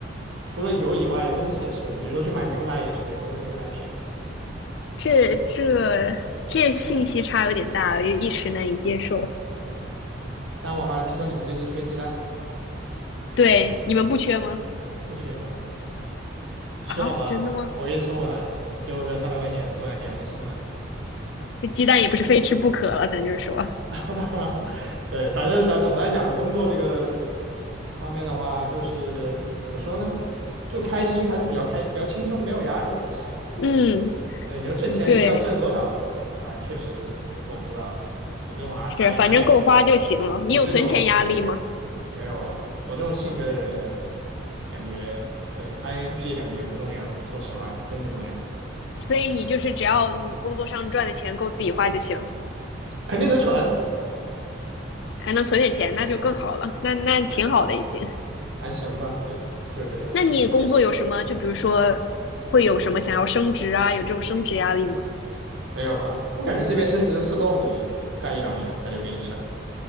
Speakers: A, on the right; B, on the left.
A: 除了油以外，东西也是，比如说去买牛奶也是美国的牛奶片。
B: 这这这信息差有点大，一时难以接受。
A: 对，但我好像听说你们最近缺鸡蛋，
B: 对，你们不缺吗？
A: 不缺吧？需要吗？
B: 啊，真的吗？
A: 我给你送过来，给我个三百块钱、四百块钱，我给你送过来。
B: 这鸡蛋也不是非吃不可了，咱就是说，
A: <laughs> 哈，对，反正呢，总来讲，工作这个方面的话，就是怎么说呢，就开心，还是比较开，比较轻松，没有压力的，还行。对
B: 嗯，
A: 对，你说挣钱一定要挣多少啊？
B: 对，
A: 确实，我不知道，我这种 I
B: 是，
A: I
B: 反正够花就行了。
A: I 我我这种
B: 你有存钱压力吗？
A: 没有啊，我这种性格的人，感觉对 INFP 感觉也不重要，说实话，真不重要，
B: 所以你就是只要你工作上赚的钱够自己花就行，
A: 肯定能存，
B: 还能存点钱，那就更好了。那那挺好的已经。
A: 对，还行吧，对，就是这样。
B: 那你工作有什么？就比如说，会有什么想要升职啊？有这种升职压力吗？
A: 没有吧？我感觉这边升职自动你干一两年他就给你升了